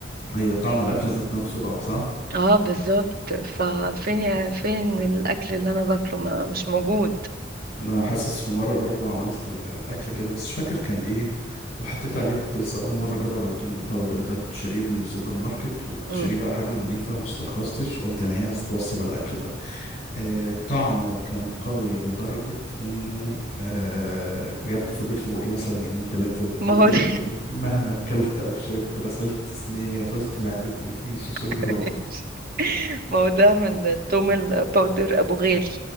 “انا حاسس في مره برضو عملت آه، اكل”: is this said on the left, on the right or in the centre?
Left